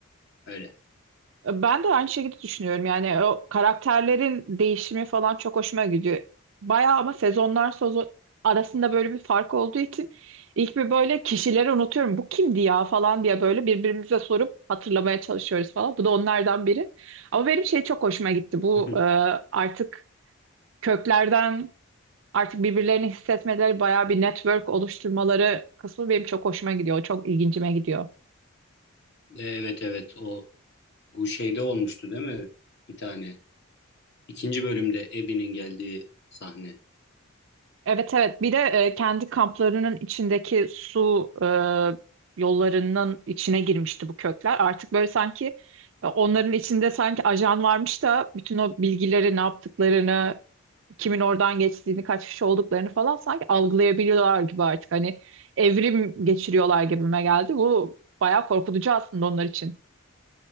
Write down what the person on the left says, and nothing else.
öyle.
<laughs>
Evet evet o bu şeyde olmuştu değil mi? Bir tane. İkinci bölümde Abby'nin geldiği sahne.